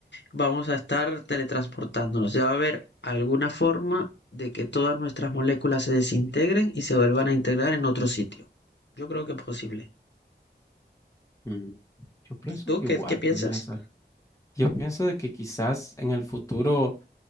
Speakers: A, on the left; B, on the left.
A: vamos a estar teletransportándonos. Ya va a haber alguna forma de que todas nuestras moléculas se desintegren y se vuelvan a integrar en otro sitio. Yo creo que es posible.
B: Mm, Yo pienso
A: ¿Y tú
B: que
A: qué,
B: igual
A: qué piensas?
B: podrías Yo pienso de que quizás en el futuro